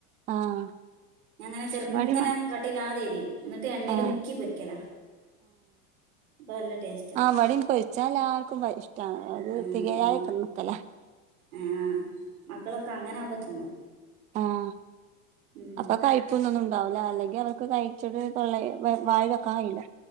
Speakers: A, on the right (about 20°); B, on the right (about 90°).
A: ആഹ്
B: ഞ്ഞാങ്ങനെ ചെർങ്ങനെ
A: ഇവടിം മ
B: കട്ടില്ലാതെ എരിം ന്ന്ട്ട് എണ്ണേല്
A: ആഹ്
B: മുക്കി പൊരിക്കല അപ്പൊ നല്ല ടേസ്റ്റ
A: ആ ഇവെടീം പൊര്ച്ചാല്ലാർക്കും ഇഷ്ടാണ് അത്
B: ആ
A: തികയായൊക്കെ
B: ആ
A: നിക്കല.
B: ആ മക്കളൊക്കെ അങ്ങനാവു മ്പോ തിന്നും.
A: ആഹ്.
B: ഉം
A: അപ്പം കയ്പ്പൊന്നൊന്നുംണ്ടാവൂല അല്ലെങ്കി അവർക്ക് കയ്ച്ച്ട്ട് തൊള്ളെ വായീൽ വെക്കാൻ കയൂല്ല.